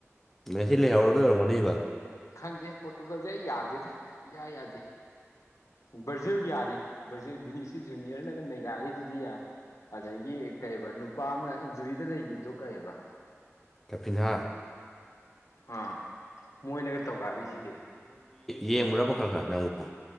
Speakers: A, in the centre; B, on the left.
A: ꯃꯦꯈꯂꯤ ꯍꯔꯗ ꯔꯃꯅꯤꯕ
B: ꯈꯪꯗꯦ ꯄꯣꯔꯇꯨꯒꯜꯁꯦ ꯑꯩ ꯌꯥꯗꯦꯗ ꯏꯌꯥ ꯌꯥꯗꯦ ꯕ꯭ꯔꯔꯖꯤꯜ ꯌꯥꯔꯤ ꯕ꯭ꯔꯔꯖꯤꯜ ꯕꯤꯅꯤꯁꯤ ꯖꯨꯅꯤꯌꯔꯅꯒ ꯅꯦꯒꯥꯔꯤꯒꯗꯤ ꯌꯥ ꯑꯗꯒꯤ ꯀꯩꯔꯤꯕ ꯅꯨꯄꯥ ꯑꯃ ꯏꯟꯖꯨꯔꯤꯗ ꯂꯩꯈꯤꯕꯗꯣ ꯀꯩꯕ
A: ꯇꯄꯤꯟꯍꯥ
B: ꯑꯥ ꯃꯣꯏꯅꯒ ꯇꯧꯒ ꯍꯥꯏꯔꯤꯁꯤꯗꯤ
A: ꯌꯦꯡꯕ꯭ꯔꯥꯕ ꯈꯔ ꯈꯥ ꯅꯪꯕꯨ